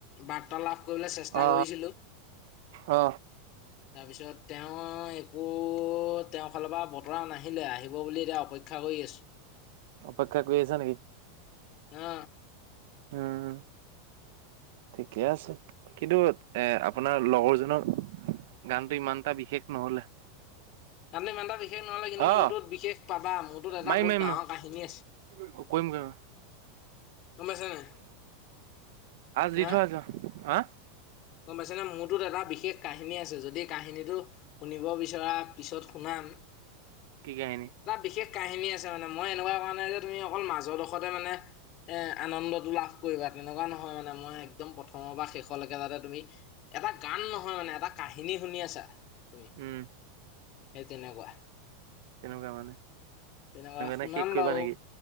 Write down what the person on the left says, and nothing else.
বাৰ্তা লাভ কৰিবলে চেষ্টা
কৰিছিলো।
তাৰপিছত তেওঁ একো তেওঁৰ ফালৰ বতৰা নাহিলে, আহিব বুলি এতিয়া অপেক্ষা কৰি আছ
অ।
গানটো ইমান এটা বি শেষ নহ'লে কিন্তু
মোৰটোত বিশেষ পাবা মোৰটোত এটা
বহুত
ডাঙৰ কাহিনী আছে।
গম পাইছা নাই।
হা
গম পাইছেনে মোৰটোত এটা বিশেষ কাহিনী আছে যদি কাহিনীটো শুনিব বিচৰা পিছত শুনাম।
তাত বিশেষ কাহিনী আছে মানে মই এনেকুৱা কোৱা নাই যে তুমি অকল মাজৰডোখৰতে মানে এ আনন্দটো লাভ কৰিবা তেনেকুৱা নহয় মানে মই একদম প্ৰথমৰ বা শেষলৈকে তাতে তুমি এটা গান নহয় মানে এটা কাহিনী শুনি আছা তুমি।
সেই তেনেকুৱা,
তেনেকুৱা শুনাম
বাও।